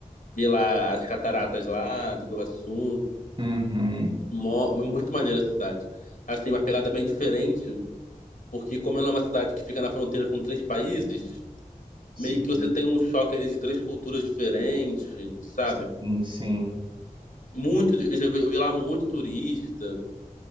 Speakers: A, on the left; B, on the right.
A: Vê lá as cataratas lá do Iguaçu.
B: Uhum,
A: Mó, é muito maneira a cidade. Assim, uma pegada bem diferente, porque como ela é uma cidade que fica na fronteira com três países,
B: sim,
A: meio que você tem um choque ali de três culturas diferentes, sabe?
B: sim, sim.
A: Muito, eu já vi, eu vi lá muito turista.